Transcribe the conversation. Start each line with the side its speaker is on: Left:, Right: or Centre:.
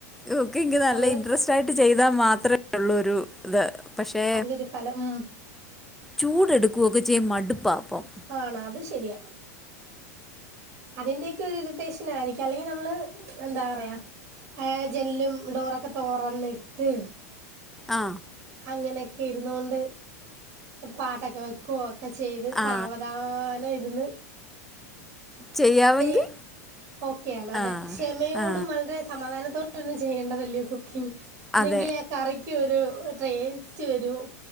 Centre: കുക്കിംഗ്‌ നല്ല
Right: നമ്മള്
Centre: ഇൻട്രസ്റ്റ്
Right: കൊ-
Centre: ആയി ചെയ്താൽ മാത്ര ഒള്ളൂ ഒരിത് പക്ഷെ
Right: അതിനൊരു ഫലം ഉം
Centre: ചൂടെടുക്കുകയൊക്കെ ചെയ്യ മടുപ്പാ ഇപ്പം
Right: ആണോ അത് ശരിയാ അതിന്റെയൊക്കെ ഒരു ഇറിറ്റേഷൻ ആയിരിക്കാം അല്ലെങ്കിൽ നമ്മള് എന്താ പറയാ ഏഹ് ജനലും ഡോറൊക്കെ തൊറന്നിട്ട്
Centre: ആ.
Right: അങ്ങനെയൊക്കെ ഇരുന്നേണ്ട് പാട്ടൊക്കെ വെ കോ ഒക്കെ ചെയ്ത് സാവധാനം
Centre: ആ.
Right: ഇരുന്ന്
Centre: ചെയ്യാമെങ്കി
Right: ൻ ഓക്കെയ ആണ് അതെ
Centre: ആ.
Right: ക്ഷമയോടും
Centre: ആ.
Right: വളരെ സമാദാനത്തോടെയും ചെയ്യേണ്ടതല്ലേ കുക്കിംഗ്‌ എന്നെങ്കിലെ
Centre: അതെ.
Right: ആ കറി ക്ക് ഒരു ടേസ്റ്റ് വരൂ.